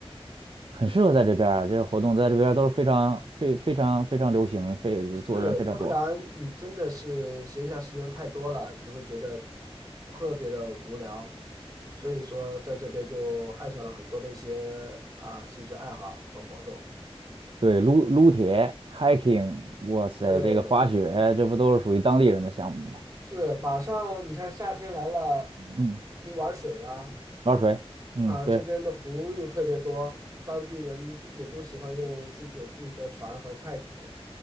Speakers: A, on the right (about 55°); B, on the right (about 30°).
A: 很适合在这边儿啊，这些活动在这边儿都是非常非非常非常流行，非做人非常多。
B: 是，要不然你真的是闲暇时间太多了，你就会觉得特别的无聊。所以说，在这边就爱上了很多的一些啊兴趣爱好和活动。
A: 对，撸撸铁、hiking，哇塞，
B: 对，
A: 这个滑雪，这不都是属于当地人的项目吗？
B: 是，马上你看夏天来了，
A: 嗯，
B: 可以玩水啦。
A: 玩水，嗯，
B: 啊，
A: 对。
B: 这边的湖又特别多，当地人也都喜欢用自己有自己的船和快艇。